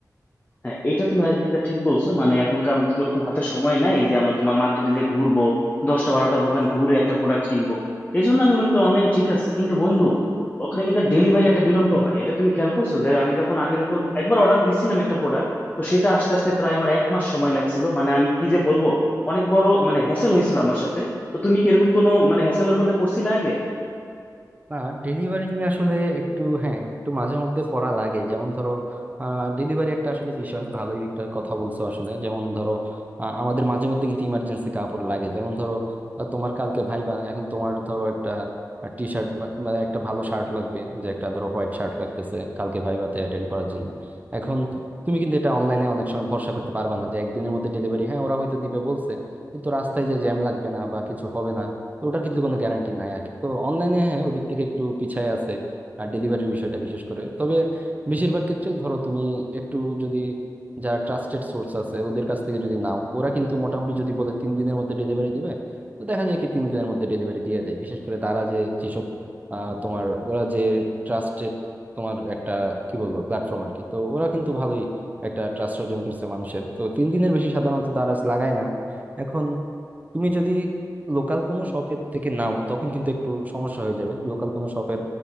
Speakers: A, on the left; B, on the right.
A: হ্যাঁ এটা তুমি আজ দিকটা ঠিক বলছো মানে এখনকার আমাদের তো ওরকম হাতে সময় নাই যে আমরা তোমার মার্কেটে যে ঘুরবো দশটা বারোটা দোকান ঘুরে একটা প্রোডাক্ট কিনবো এই জন্য আমি মনে করি অনলাইন ঠিক আছে কিন্তু বন্ধু ওখানে কিন্তু ডেলিভারি একটা বিলম্ব হয় এটা তুমি খেয়াল করছো যে আমি যখন আগে যখন একবার অর্ডার দিছিলাম একটা প্রোডাক্ট তো সেটা আস্তে আস্তে প্রায় আমার এক মাস সময় লাগছিল মানে আমি কি যে বলবো অনেক বড় মানে হ্যাসেল হয়েছিল আমার সাথে তো তুমি কি এরকম কোনো মানে হ্যাসেলের মধ্যে পড়ছিলে আগে
B: না ডেলিভারি নিয়ে আসলে একটু হ্যাঁ একটু মাঝে মধ্যে পড়া লাগে যেমন ধরো ডেলিভারি একটা আসলে বিষয় ভালোই একটা কথা বলছো আসলে যেমন ধরো আহ, আমাদের মাঝে মধ্যে কিন্তু ইমার্জেন্সি কাপড় লাগে যেমন ধরো আহ, তোমার কালকে ভাইবা এখন তোমার ধরো একটা টি শার্ট মানে একটা ভালো শার্ট লাগবে যে একটা ধরো হোয়াইট শার্ট লাগতেছে কালকে ভাইভাতে অ্যাটেন্ড করার জন্য এখন তুমি কিন্তু এটা অনলাইনে অনেক সময় ভরসা করতে পারবে না যে একদিনের মধ্যে ডেলিভারি হ্যাঁ ওরা হয়তো দিবে বলছে কিন্তু রাস্তায় যে জ্যাম লাগবে না বা কিছু হবে না তো ওটার কিন্তু কোনো গ্যারান্টি নাই আর কি তো অনলাইনে হ্যাঁ ওদিক থেকে একটু পিছায় আছে আর ডেলিভারির বিষয়টা বিশেষ করে তবে বেশিরভাগ ক্ষেত্রেই ধরো তুমি একটু যদি যারা ট্রাস্টেড সোর্স আছে ওদের কাছ থেকে যদি নাও ওরা কিন্তু মোটামুটি যদি বলে তিন দিনের মধ্যে ডেলিভারি দিবে তো দেখা যায় কি তিন দিনের মধ্যে ডেলিভারি দিয়ে দেয় বিশেষ করে দ্বারা যে যেসব আহ, তোমার ওরা যে ট্রাস্টেড তোমার একটা কি বলবো প্ল্যাটফর্ম আর কি তো ওরা কিন্তু ভালোই একটা ট্রাস্ট অর্জন করছে মানুষের তো তিন দিনের বেশি সাধারণত দ্বারা লাগায় না এখন তুমি যদি লোকাল কোনো শপের থেকে নাও তখন কিন্তু একটু সমস্যা হয়ে যাবে লোকাল কোনো শপের